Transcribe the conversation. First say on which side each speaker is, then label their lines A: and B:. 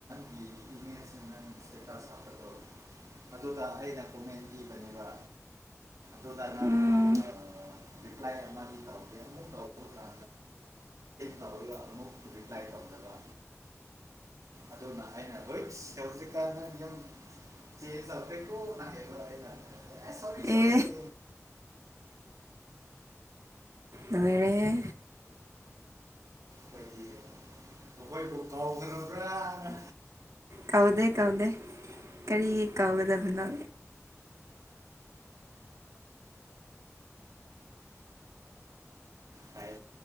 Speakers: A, on the right; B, on the right.
A: ꯒꯤ ꯏꯃꯦꯖꯦꯇ ꯁꯥ ꯑꯣ ꯑꯗꯨꯒꯗ ꯑꯩꯅ ꯀꯣꯃꯦꯟ ꯄꯤꯕꯅꯦꯕ ꯗꯣ ꯀꯥꯟꯅꯥꯡ
B: ꯑꯥ
A: ꯑ ꯔꯤꯄ꯭ꯂꯥꯏ ꯑꯃꯒꯤ ꯇꯧꯒꯦ ꯑꯃꯨꯛ ꯇꯧꯔ ꯇꯧꯔꯒ ꯑꯃꯨꯛ ꯔꯤꯄ꯭ꯂꯥꯏ ꯇꯧꯖꯕ ꯑꯗꯨꯅ ꯑꯩꯅ ꯍꯧꯖꯤꯛ ꯍꯧꯖꯤꯛꯀꯥꯟꯗ ꯅꯤꯌꯝ ꯆꯦꯟꯖ ꯇꯧꯗ꯭ꯔꯦꯀꯣꯅꯌꯦꯕ ꯑꯩꯅ ꯑꯦ ꯁꯣꯔꯤ ꯁꯣꯔꯤ
B: ꯑꯦ
A: ꯑ
B: ꯂꯣꯏꯔꯦꯍꯦ
A: ꯈꫭꯏꯗꯤ ꯑꯩꯈꯣꯏꯕꯨ ꯀꯥꯎꯈꯔꯕ꯭ꯔꯅ
B: ꯀꯥꯎꯗꯦ-ꯀꯥꯎꯗꯦ ꯀꯔꯤꯒꯤ ꯀꯥꯎꯒꯗꯕꯅꯦ
A: ꯑ ꯀꯥꯏ